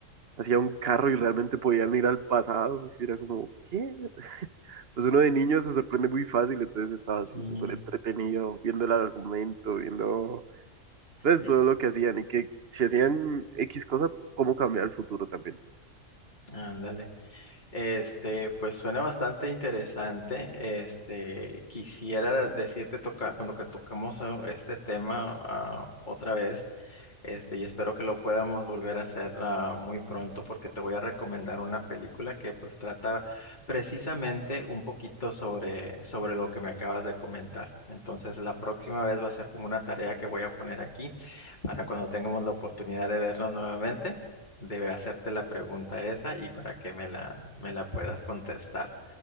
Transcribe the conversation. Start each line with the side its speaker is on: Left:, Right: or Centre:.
Right: hacía un carro y realmente podían ir al pasado. Y era como, ¿qué? <laughs> Pues uno de niño se sorprende muy fácil, entonces estaba
Left: Sí,
Right: así súper entretenido viendo el argumento, viendo pues
Left: ya,
Right: todo lo que hacían y que si hacían X cosa, cómo cambiar el futuro también.
Left: ándale. Este, pues suena bastante interesante. Este, quisiera decirte toca, cuando que tocamos eh, este tema ah, otra vez. Este, y espero que lo podamos volver a hacer ah, muy pronto porque te voy a recomendar una película que pues trata precisamente un poquito sobre, sobre lo que me acabas de comentar. Entonces la próxima vez va a ser como una tarea que voy a poner aquí para cuando tengamos la oportunidad de vernos nuevamente, debe hacerte la pregunta esa y para que me la, me la puedas contestar.